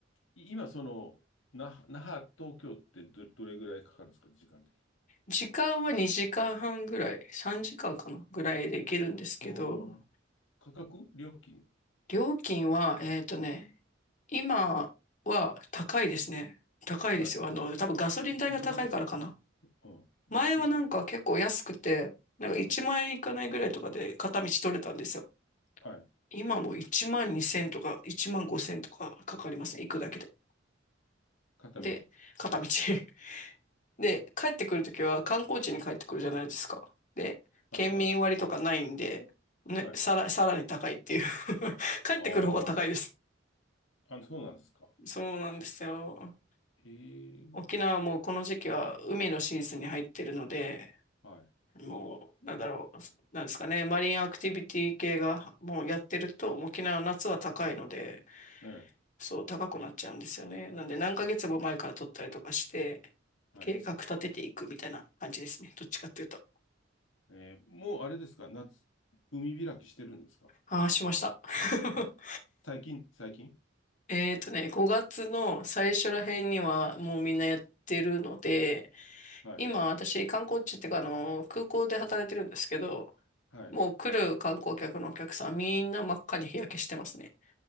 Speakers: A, on the left (about 85°); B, on the left (about 40°).
A: 今、その、那覇、那覇、東京ってど、どれぐらいかかるんですか、時間的に。
B: 時間は2時間半ぐらい、3時間かんかな、ぐらいで行けるんですけど、
A: ああ。価格料金は
B: 料金は、えっとね、今は高いですね。高いですよ。
A: は
B: あの、多分ガソリン代が高いからかな。
A: い。いく、いくらぐ、うん。
B: 前はなんか結構安くて、
A: え、
B: なんか1万円いかないぐらいとかで片道取れたんですよ。
A: うん。はい。
B: 今も1万2千とか1万5千とかかかりますね。行くだけで。
A: 片道
B: で、片道。<laughs> で、帰ってくるときは観光地に帰ってくるじゃないですか。で、
A: はい、
B: 県民割とかないんで、
A: はい、
B: ね、
A: はい。
B: さら、さらに高いっていう <laughs> 帰ってくる方が高いです。
A: ああ、あ、そうなんですか。
B: そうなんですよ。
A: へえ、
B: 沖縄はもうこの時期は海のシーズンに入ってるので、
A: はい。
B: もう、なんだろう、なんですかね、マリンアクティビティ系がもうやってると、もう沖縄の夏は高いので、
A: ええ、
B: そう、高くなっちゃうんですよね。なんで、何ヶ月も前から取ったりとかして、
A: はい。
B: 計画立てていくみたいな感じですね。どっちかっていうと。
A: えーもうあれですか、夏、海開きしてるんですか
B: ああ、しました。<laughs>
A: 最近、最近
B: えーとね、5月の最初ら辺にはもうみんなやってるので、
A: はい、はい。
B: 今私観光地っていうかあの空港で働いてるんですけど、
A: はい
B: もう来る観光客のお客さんみんな真っ赤に日焼けしてますね。